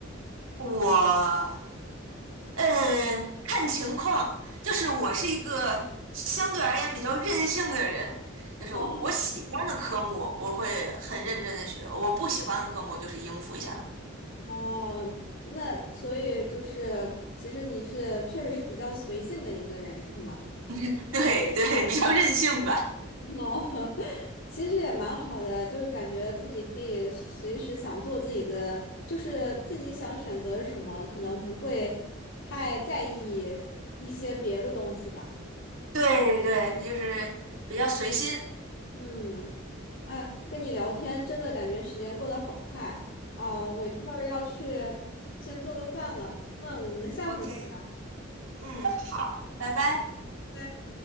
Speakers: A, on the right (about 90°); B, on the left (about 80°).
A: 我呃看情况，就是我是一个相对而言比较任性的人，就是我喜欢的科目我会很认真的学，
B: 哦，
A: 我不喜欢的科目我就是应付一下。
B: 哦，那所以就是，其实你是确实是比较随性的一个人，是吗？
A: <laughs> 对对，比较任性吧。
B: 哦，<laughs> 其实也蛮好的，就感觉自己可以随时想做自己的，就是自己想选择什么，可能不会太在意一些别的东西吧。
A: 对对，就是比较随心。
B: 嗯，哎，跟你聊天真的感觉时间过得好快啊。哦，我一会儿要去先做个饭了，那我们下回儿再聊。
A: OK，嗯，好，拜拜。
B: 拜